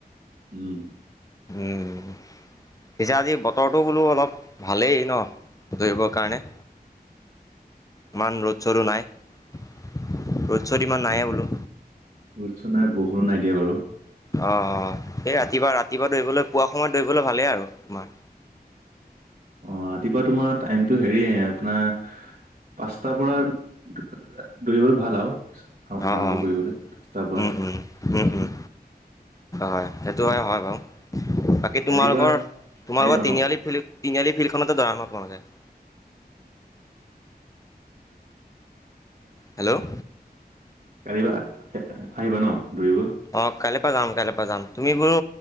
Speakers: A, on the right; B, on the left.
A: উম!
B: উম! পিছে আজি বতৰটো বোলো অলপ ভালেই ন দৌৰিবৰ কাৰণে?
A: উম <inaudible>
B: ইমান ৰ'দ-শ্বতো নাই, ৰ'দ-শ্ব'ত ইমান নাইয়েই বোলো।
A: ৰ'দ-শ্বত নাই, বৰষুণো নাই দিয়া বাৰু।
B: অ'-অ' এই ৰাতিপুৱা-ৰাতিপুৱা দৌৰিবলৈ পুৱা সময়ত দৌৰিবলৈ ভালেই আৰু তোমাৰ
A: <inaudible> অ' ৰাতিপুৱা তোমাৰ টাইমটো হেৰি এ আপোনাৰ পাঁচটাৰ পৰা দৌৰিবলৈ ভাল আৰু আৰম্ভ
B: অ', অ',
A: কৰিবলৈ পাঁচটাৰ পৰা।
B: উম, উম, উম, উম, হয়। সেইটো হয়-হয় বাৰু। বাকী তোমালোকৰ-তোমালোকৰ
A: কালিৰ পৰা আহিবা
B: তিনিআলি
A: ন?
B: ফিল্ড, তিনিআলি ফিল্ডখনত এ <unintelligible> হেল্ল'!
A: কালিৰ পৰা আ-আহিবা ন? দৌৰিব?
B: অ' কালি পৰা যাম, কালি পৰা যাম। তুমি বাৰু